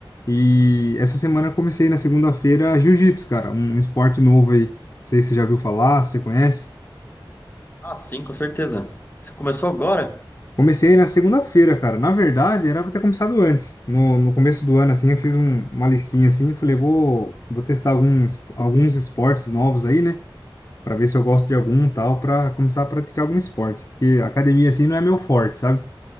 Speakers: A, on the left; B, on the left.
A: E essa semana eu comecei na segunda-feira jiu-jitsu, cara, um esporte novo aí. Não sei se você já viu falar, se você conhece.
B: Ah, sim, com certeza. Você começou agora?
A: Comecei na segunda-feira, cara. Na verdade, era pra ter começado antes. No, no começo do ano, assim, eu fiz um- uma listinha assim, falei, vou, vou testar alguns, alguns esportes novos aí, né? para ver se eu gosto de algum tal, para começar a praticar algum esporte, porque academia assim não é meu forte, sabe?